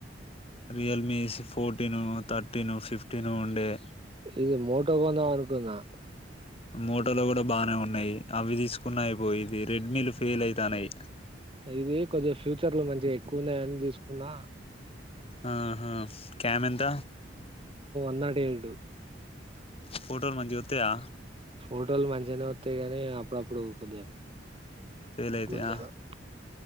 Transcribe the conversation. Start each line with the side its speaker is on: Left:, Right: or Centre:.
Left: రియల్మీ ఫోర్టీను థర్టీను ఫిఫ్టీను ఉండే.
Right: ఇది మోటో కొందాం అనుకున్నా
Left: మోటోలు కూడా బాగానే ఉన్నాయి అవి తీసుకున్నా అయిపోయిది రెడ్మీలు ఫెయిల్ అయితనయ్
Right: ఇది కొంచెం ఫ్యూచర్ లో మంచిగా ఎక్కువ ఉన్నాయన్ తీసుకున్నా
Left: ఆ హా క్యామ్ ఎంత
Right: న్నాట్ ఎడు
Left: ఫోటోలు మంచి గొత్తయా
Right: ఫోటోలు మంచిగానే వత్తయి గానీ అప్పుడప్పుడు కొద్దిగా
Left: ఫెయిల్ అయితయా
Right: మంచిగరావ్